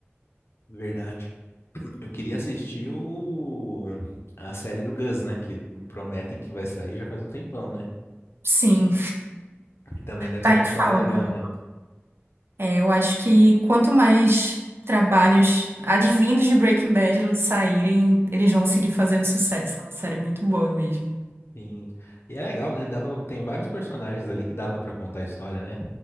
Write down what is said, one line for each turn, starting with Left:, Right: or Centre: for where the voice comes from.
Left: Verdade. Eu queria assistir o... a série do Gus, né? Que prometem que vai sair já faz um tempão, né?
Right: Sim,
Left: Que também deve
Right: tá
Left: ser uma
Right: em
Left: história
Right: falta.
Left: legal, né?
Right: É, eu acho que quanto mais trabalhos advindos de Breaking Bad saírem, eles vão seguir fazendo sucesso. É uma série muito boa mesmo.
Left: Sim. E é legal, né? Dava... Tem vários personagens ali que dava pra contar a história, né?